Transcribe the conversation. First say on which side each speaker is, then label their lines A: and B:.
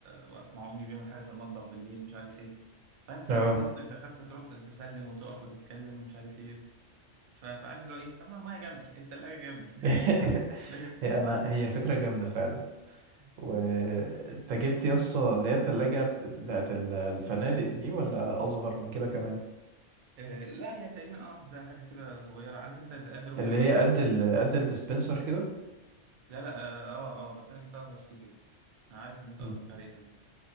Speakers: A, on the right; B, on the right.
A: واقف مع امي بيعمل حاجه في المطبخ بالليل مش عارف ايه فانت
B: اه
A: هتلاقي نفسك دخلت تروح تسلم وتقف وتتكلم ومش عارف ايه ف- فعارف اللي هو ايه اما المايه جنبي التلاجة جنبي
B: <laughs>
A: <laughs> فاهم
B: هي انا هي فكره جامده فعلا
A: طيب.
B: وانت جبت يسطا اللي هي التلاجة بت- بتاعت ال- الفنادق دي ولا اصغر من كده كمان
A: آه لا هي تقريبا اه ده حاجة كده صغيرة عارف انت زي قد ركبتك
B: اللي هي قد ال... قد الديسبنسر كده
A: لا لا اه اه آه، بس انا جبت اصغر سيكة كده انا عارف اللي انت
B: مم.
A: قصدك عليها دي